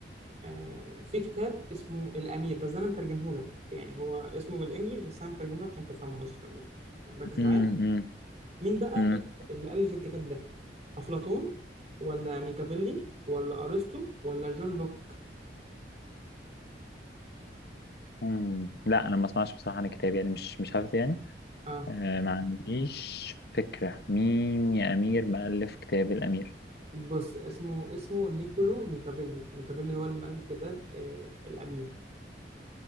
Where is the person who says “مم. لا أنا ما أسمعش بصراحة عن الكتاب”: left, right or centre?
Left